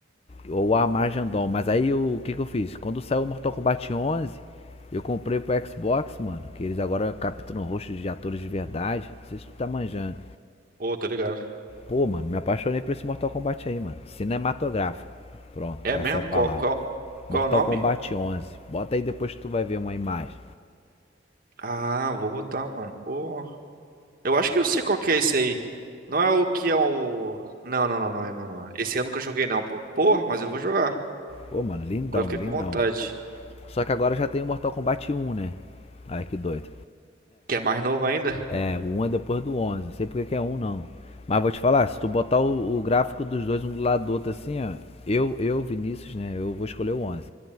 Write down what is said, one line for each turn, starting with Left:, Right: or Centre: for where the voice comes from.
Left: Ou a Armagedon. Mas aí o que que eu fiz? Quando saiu o Mortal Kombat 11, eu comprei pro Xbox, mano. Que eles agora capturam rostos de atores de verdade. Não sei se tu tá manjando.
Right: Pô, tô ligado.
Left: Pô, mano, me apaixonei por esse Mortal Kombat aí, mano. Cinematográfico. Pronto,
Right: É
Left: essa
Right: mesmo?
Left: é a palavra.
Right: Qual, qual, qual
Left: Mortal
Right: é o nome?
Left: Kombat 11. Bota aí depois que tu vai ver uma imagem.
Right: Ah, vou botar, mano. Pô. Eu acho que eu sei qual que é esse aí. Não é o que é o. Não, não, não, não é, não, não. é. Esse eu nunca joguei, não, pô. Pô, mas eu vou jogar.
Left: Pô, mano, lindão,
Right: Agora eu fiquei
Left: lindão.
Right: com vontade.
Left: Só que agora já tem o Mortal Kombat 1, né? Ai, que doido.
Right: Que é mais novo ainda?
Left: É, o 1 é depois do onze Não sei porque que é um não. Mas vou te falar, se tu botar o, o gráfico dos dois um do lado do outro assim, ó. Eu, eu, Vinícius, né? Eu vou escolher o onze